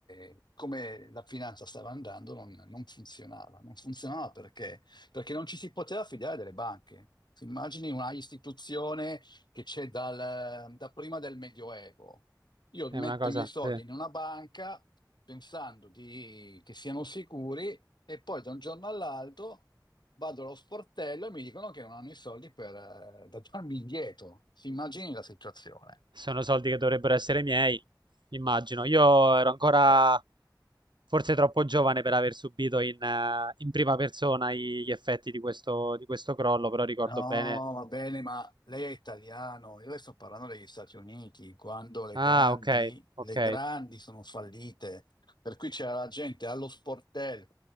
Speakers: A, on the left (about 75°); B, on the right (about 90°).
A: eh, come la finanza stava andando non, non funzionava. Non funzionava perché? Perché non ci si poteva fidare delle banche. Si immagini una istituzione che c'è dal- da prima del Medioevo. Io
B: è
A: metto
B: una cosa,
A: i miei soldi
B: sì.
A: in una banca pensando di- che siano sicuri e poi da un giorno all'altro vado allo sportello e mi dicono che non hanno i soldi per eh, da darmi indietro. Si immagini la situazione.
B: Sono soldi che dovrebbero essere miei, immagino. Io ero ancora
A: Eh,
B: forse troppo giovane per aver subito in, eh, in prima persona i- gli effetti di questo, di questo crollo, però ricordo
A: no,
B: bene.
A: va bene, ma lei è italiano. Io le sto parlando degli Stati Uniti, quando le
B: Ah,
A: grandi,
B: ok, ok.
A: le grandi sono fallite. Per cui c'era la gente allo sportello,